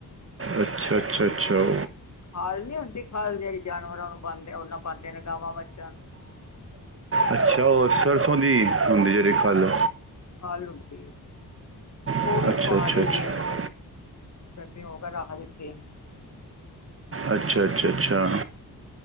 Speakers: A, on the right (about 35°); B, on the left (about 45°).
A: ਅੱਛਾ-ਅੱਛਾ-ਅੱਛਾ।
B: ਖੱਲ ਨੀ ਹੁੰਦੀ ਖੱਲ ਜੇੜੀ ਜਾਨਵਰਾਂ ਨੂੰ ਪਾਦੇ ਓਨਾਂ ਪਾਦੇ ਨੇ ਗਾਵਾਂ-ਮੱਝਾ ਨੂੰ।
A: ਅੱਛਾ ਓ ਸਰਸੋਂ ਦੀ ਹੁੰਦੀ ਜੇੜੀ ਖੱਲ
B: ਖੱਲ ਹੁੰਦੀ ਏ। ਓ
A: ਅੱਛਾ
B: ਵੀ ਪਾ
A: ਅੱਛਾ
B: ਲਈ ਦੀ
A: ਅੱਛਾ
B: ਏ ਵਿੱਚ ਕੱਠੀ ਹੋਈ ਕੇ ਰੱਖ ਦਿੱਤੀ।
A: ਅੱਛਾ-ਅੱਛਾ-ਅੱਛਾ।